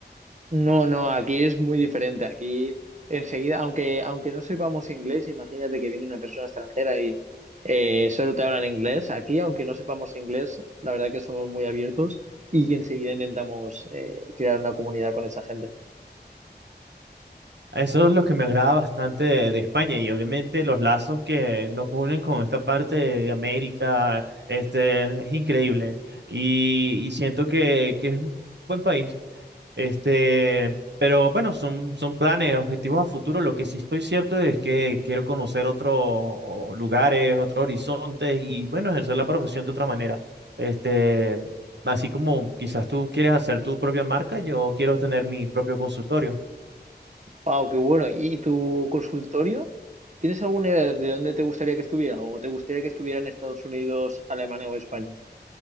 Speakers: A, on the right; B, on the right.
A: No, no, aquí es muy diferente. Aquí enseguida, aunque, aunque no sepamos inglés, imagínate que viene una persona extranjera y eh, solo te hablan inglés. Aquí, aunque no sepamos inglés, la verdad que somos muy abiertos y enseguida intentamos eh, crear una comunidad con esa gente.
B: Eso es lo que me agrada bastante de, de España y obviamente los lazos que nos unen con esta parte de América, este, es increíble y, y siento que, que es un buen país. Este, pero bueno, son, son planes, objetivos a futuro. Lo que sí estoy cierto es que quiero conocer otros lugares, otros horizontes y bueno, ejercer la profesión de otra manera. Este, así como quizás tú quieres hacer tu propia marca, yo quiero tener mi propio consultorio.
A: Wow, qué bueno. ¿Y tu consultorio? ¿Tienes alguna idea de dónde te gustaría que estuviera? ¿O te gustaría que estuviera en Estados Unidos, Alemania o España?